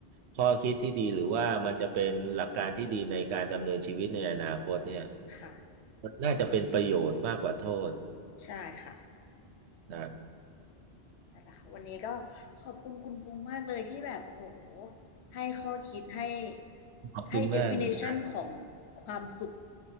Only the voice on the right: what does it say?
ข้อคิดที่ดีหรือว่ามันจะเป็นหลักการที่ดีในการดำเนินชีวิตในอนาคตเนี่ย
มันน่าจะเป็นประโยชน์มากกว่าโทษ
นะครับ
ขอบคุณมากเหมือนกัน